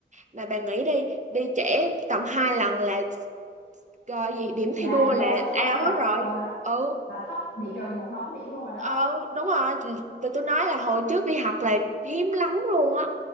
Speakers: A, on the right (about 40°); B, on the left (about 75°).
A: mà bà nghĩ đi đi trễ tầm hai lần là gọi gì điểm
B: là
A: thi đua là
B: vô sổ
A: ao hết
B: rồi
A: rồi
B: ừ là
A: ừ
B: là thấp bị trừ một đống điểm luôn rồi đó
A: ừ đúng rồi Ừ, tụi tôi nói là hồi trước đi học là hiếm lắm luôn á